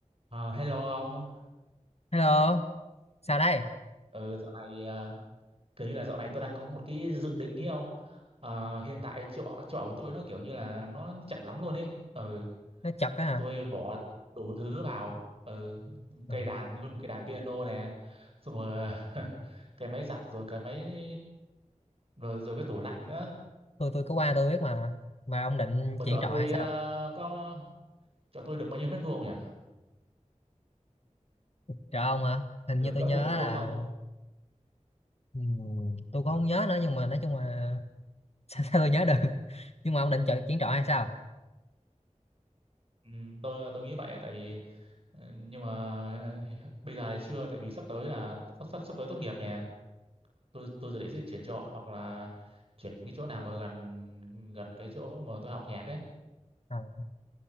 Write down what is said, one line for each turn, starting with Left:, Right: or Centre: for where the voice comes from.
Right: Ờ, hello ông.
Left: Hello, sao đây?
Right: Ừ, dạo này ờ, kiểu như là dạo này tôi đang có một cái dự định ý ông. Ờ, hiện tại chỗ chỗ của tôi nó kiểu như là nó chặt lắm luôn ấy. Ừ,
Left: Nó chật á hả?
Right: tôi bỏ đủ thứ vào. Ừ,
Left: Ờ,
Right: cây đàn nguyên một cây đàn piano nè. Xong rồi <laughs> cái máy giặt rồi cái máy rồi rồi cái tủ lạnh nữa.
Left: Tôi tôi có qua tôi biết mà. Mà ông định
Right: Mà chỗ
Left: chuyện trọ
Right: tôi
Left: hay sao?
Right: ờ, có chỗ tôi được bao nhiêu mét vuông nhỉ?
Left: Trọ ông hả? Hình
Right: Được
Left: như tôi
Right: cỡ
Left: nhớ
Right: 10 mét
Left: là
Right: vuông không?
Left: ừm, tôi cũng không nhớ nữa nhưng mà nói chung là <laughs> sao, sao tôi nhớ được. Nhưng mà ông định chọn chuyện trọ hay sao?
Right: Ừ, tôi tôi nghĩ vậy á, tại vì Ờ, nhưng mà <laughs> bây giờ thì chưa tại vì sắp tới là sắp sắp, sắp tới tốt nghiệp nè tôi tôi dự định sẽ chuyển trọ hoặc là chuyển cái chỗ nào mà gần gần cái chỗ mà tôi học nhạc ấy
Left: Ờ,